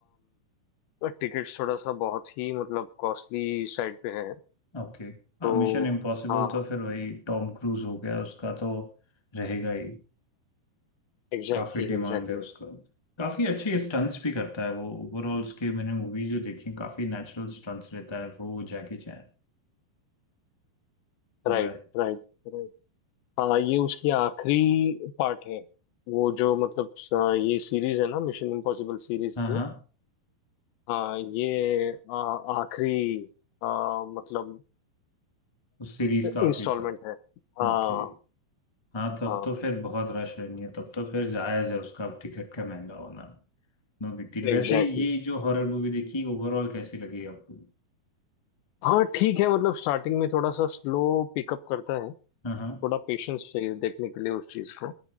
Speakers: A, on the left; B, on the left.
A: टिकट्स थोड़ा सा बहुत ही मतलब कॉस्टली साइड पे है
B: ओके हाँ
A: तो
B: मिशन इम्पॉसिबल
A: हाँ
B: तो फिर वही टॉम क्रूज हो गया उसका तो रहेगा ही
A: एग्जैक्टली
B: काफी डिमांड
A: एग्जैक्टली
B: है उसका काफी अच्छे स्टंट्स भी करता है वो ओवरऑल उसके मैंने मूवी जो देखी काफी नेचुरल स्टंट्स रहता है वो जैकी चैन
A: Right
B: राइट
A: right हाँ ये उसकी आखिरी पार्ट है वो जो मतलब स- ये सीरीज है ना मिशन इम्पॉसिबल सीरीज
B: हाँ
A: की
B: हाँ
A: हाँ ये आ, आखिरी आ, मतलब
B: उस सीरीज का आखिरी
A: इंस्टॉलमेंट है हाँ
B: ओके हाँ तब
A: हाँ
B: तो फिर बहुत रश रहनी है तब तो फिर जायज है उसका टिकट का महंगा होना No big deal वैसे
A: एग्जैक्टली
B: ये
A: exactly.
B: जो हॉरर मूवी देखी ओवरऑल कैसी लगी आपको
A: हाँ ठीक है मतलब स्टार्टिंग में थोड़ा सा स्लो पिकअप करता है
B: हाँ हाँ
A: थोड़ा पेशेंस चाहिए देखने के लिए उस चीज को